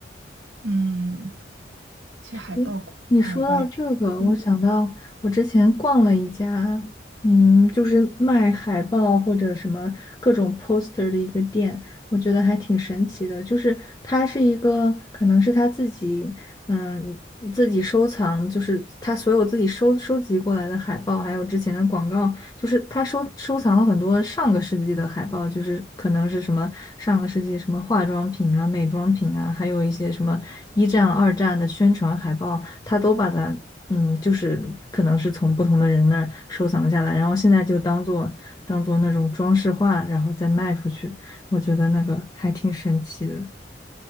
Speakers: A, on the right (about 75°); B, on the left (about 20°).
A: 嗯，去海报挂一挂，
B: 诶你说到这个，
A: 嗯，
B: 我想到我之前逛了一家，嗯，就是卖海报或者什么各种 poster 的一个店，我觉得还挺神奇的。就是它是一个，可能是他自己，嗯，自己收藏，就是他所有自己收收集过来的海报，还有之前的广告，就是他收收藏了很多上个世纪的海报，就是可能是什么上个世纪什么化妆品啊、美妆品啊，还有一些什么一战、二战的宣传海报，他都把它，嗯，就是可能是从不同的人那儿收藏下来，然后现在就当做当做那种装饰画，然后再卖出去。我觉得那个还挺神奇的。